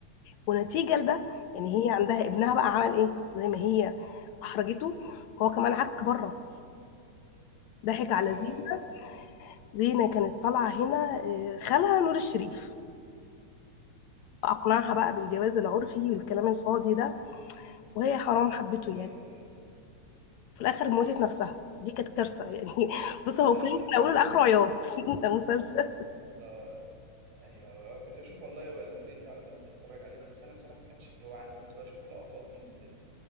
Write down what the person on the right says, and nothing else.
امم
اه
إز-
امم
ايوه ايوه
امم
يا
لهوي
اه ايوه أيوة. كنت بشوف والله والدتي على طول بتتفرج عليه بس انا بصراحه ما كانش اللي هو عندي كنت بشوف لقطات منه كده